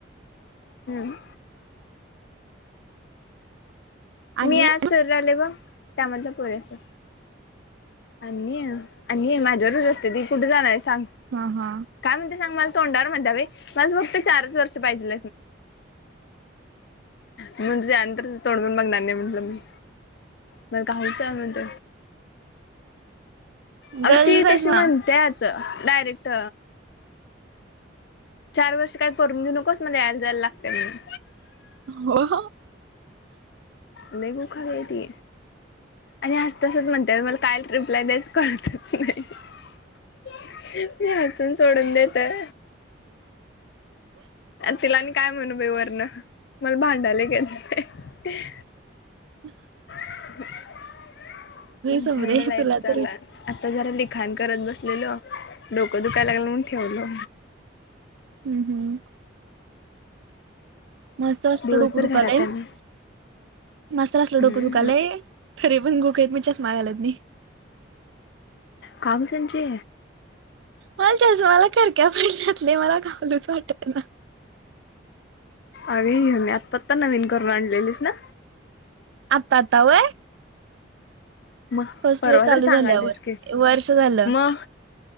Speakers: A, on the left (about 55°); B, on the right (about 70°).
A: हम्म...
B: आणि
A: मी आज स्टोरी लावल्या बग त्यामधल्या पोरी असतात. आणि आणि माझ्यावरच र असते ती कुठे जाणार.. सांग
B: हा हा
A: काय म्हणत्या सांग मला तोंडावर म्हणत्या बाई माझ्यासोबत.. चारच वर्ष पाहिजे मग तुझ्यानंतर तोडून बघणार.. म्ह म्हणलं मी... मला का हौस आहे म्हणतो अ
B: गल्ली
A: ती
B: जाईस
A: तशी
B: म
A: म्हणतात. डायरेक्ट चार वर्ष काय करून देऊ नकोस मला यायला जायला लागते म...
B: हो...
A: लय गू खावी आहे ती आणि हसत हसत म्हणत्या बाई मला काय रिप्लाय द्या... कळतच नाही मी हसून सोडून देतोय.. तिला आणि काय म्हणू बाई वर्ण... मला भांडायला एक येतं नाही
B: हम
A: ह माझी
B: समरे
A: झंड लाईफ
B: तुला
A: चालू
B: तर विच
A: हाय आता जरा खाण करत बसलेलो डोकं दुखायला लागलं म्हणून ठेवलो
B: हम्म हम्म माझ तर असल
A: दिवसभर
B: डोकं दुखायलय
A: घरात
B: माझं
A: आहे मी.
B: तर असल
A: हम्म
B: डोकं दुखायला य तरी पण ग मी पण चष्मा घालत नाही.
A: कावून संचे?
B: हलच्याज मला करक्या पडल्यातले मला खाऊलूच वाटत ना.
A: अरे हे मी आत्ता आत्ता नवीन करून आणलेलीस ना.
B: आता आता व.
A: मग
B: फर्स्ट
A: परवा
B: इयर चालू
A: तर सांगालतीस
B: झाल्यावर
A: की
B: वर्ष झालं.
A: मग